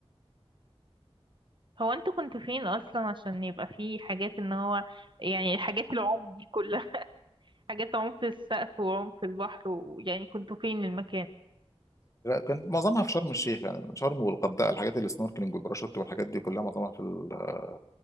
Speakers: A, on the right (about 50°); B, on the left (about 30°).
A: هو انتوا كنتوا فين اصلا عشان يبقى في حاجات ان هو يعني حاجات العمق دي كلها <laughs> حاجات عمق في السقف وعمق في البحر ويعني كنتوا فين المكان
B: كان معظمها في شرم الشيخ يعني شرم والغردقه الحاجات اللي السنوركلينج والباراشوت والحاجات دي كلها معظمها في ال-